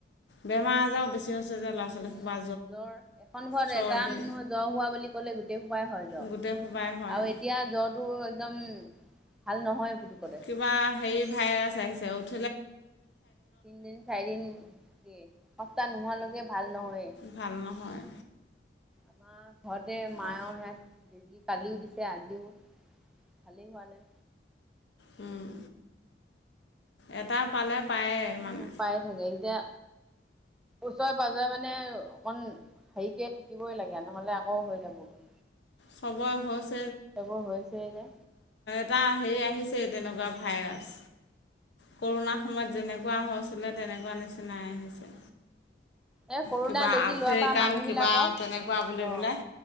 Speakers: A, on the left; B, in the centre.
A: বেমাৰ, আজাৰ বেছি। যে ল'ৰা ছোৱালী
B: উম,
A: সোপা
B: জ্বৰ এখন ঘৰত
A: চৰ্দি
B: এটা মানুহৰ জ্বৰ হোৱা বুলি ক'লে গোটেই সোপাই হয়।
A: গোটেই সোপাই হয়
B: আৰু এতিয়া জ্বৰটো একদম। ভাল নহয় পুতুকতে।
A: কিবা হে, ভছ, উ।
B: উম, তিনদিন, চাৰিদিন থাকে। সপ্তাহ নোহোৱালৈকে ভাল নহয়।
A: ভাল নহয়
B: আমাৰ ঘৰতে মায়ৰ
A: অঁ
B: সিহঁত বেজি কালিও দিছে। আজিও ভালেই হোৱা নাই।
A: উম, এটা পালে পায়ে
B: উম,
A: মানে
B: পাই থাকে, এতিয়া। ওচৰে, পাজৰে মানে অকন হেৰিকে থাকে। থাকিবই লাগে, নহ'লে আকৌ হৈ যাবগৈ।
A: সবৰে সহজ
B: এইবোৰ হৈছে যে।
A: এটা হেৰি আহিছে তেনেকুৱা ভাইৰাছ। কৰোণাৰ সময়ত যেনেকুৱা তেনেকুৱা নিচিনাই আহিছে।
B: এ কৰোণা
A: কিবা
B: বেজি
A: আফ্ৰিকান
B: লোৱাৰ পৰা মানুহ
A: কিবা
B: বিলাকৰ,
A: তেনেকুৱা বুলি
B: অ
A: পেলাই